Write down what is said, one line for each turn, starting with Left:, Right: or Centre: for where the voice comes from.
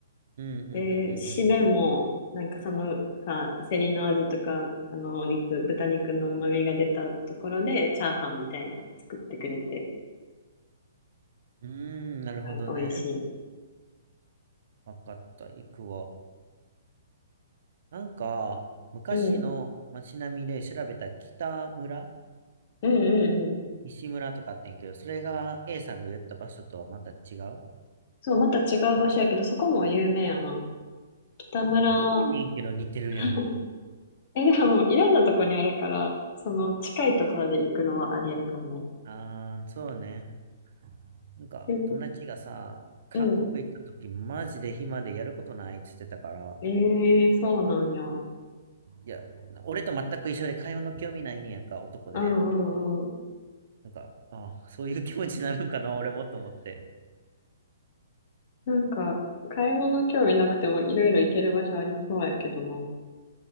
Right: うん。うんうん
Left: で、締めも、なんかそのさ、セリの味とか、あの、お肉、豚肉の旨味が出たところで、チャーハンみたいなの作ってくれて、
Right: うんうん。うーん、なるほどね。
Left: はい、美味しい。
Right: わかった。行くわ。なんか、昔の街並みで調べた北村
Left: うん、うん、うん、うん。
Right: 西村とかあってんけど、それが A さんが言った場所とはまた違う。
Left: そう、また違う場所やけど、そこも有名やな。北村、
Right: え、多いねんけど似てるやん。
Left: <laughs> え、でも、いろんなとこにあるから、その近いところで行くのはありやと思う。
Right: あー、そうね。なんか、
Left: で、
Right: 友達がさ、韓国行った時、
Left: うん。
Right: マジで暇でやることないって言ってたから、
Left: ええそうなんや。う
Right: いや、俺と全く一緒で買い物興味ないねんやんか、男で。
Left: んうん
Right: なんか、あそういう気持ちになるんかな、俺もと思って。
Left: なんか、買い物興味なくてもいろいろ行ける場所ありそうやけどな。